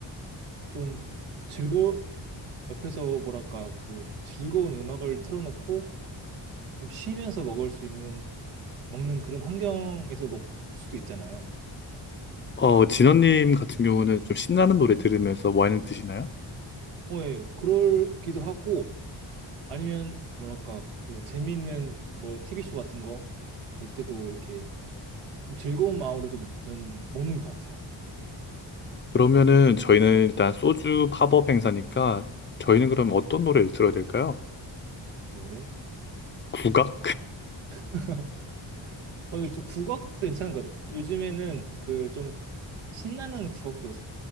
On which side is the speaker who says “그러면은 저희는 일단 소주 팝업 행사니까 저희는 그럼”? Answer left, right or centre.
Left